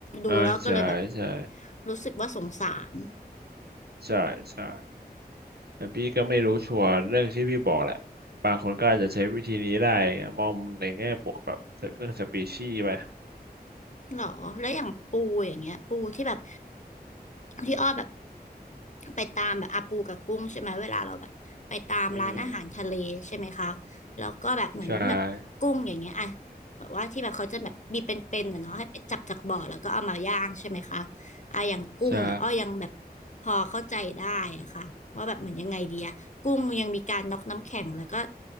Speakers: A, on the left; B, on the right.
A: ดูแล้วก็เลยแบบ
B: อ่าใช่ใช่
A: รู้สึกว่าสงสาร
B: ใช่ใช่ แต่พี่ก็ไม่รู้ชัวร์เรื่องที่พี่บอกแหละบางคนก็อาจจะใช้วิธีนี้ได้มองในแง่บวกแบบเรื่องสปีชีส์ไป
A: หรอแล้วอย่างปูอย่างเงี้ยปูที่แบบที่อ้อแบบไปตามแบบอาปูกับกุ้งใช่ไหมเวลาเราแบบไปตามร้านอาหารทะเลใช่ไหมคะแล้วก็แบบเหมือนแบบกุ้งอย่างเงี้ยอ่ะ
B: อืมใช่
A: แบบว่าที่แบบเขาจะแบบบีเป็นๆนะเนาะให้ไปจับจากบ่อแล้วก็เอามาย่างใช่ไหมคะ อ่ะอย่างกุ้งอ่ะอ้อยังแบบ
B: ใช่
A: พอเข้าใจได้อะค่ะว่าแบบเหมือนยังไงดีอะกุ้งยังมีการน็อกน้ำแข็งแล้วก็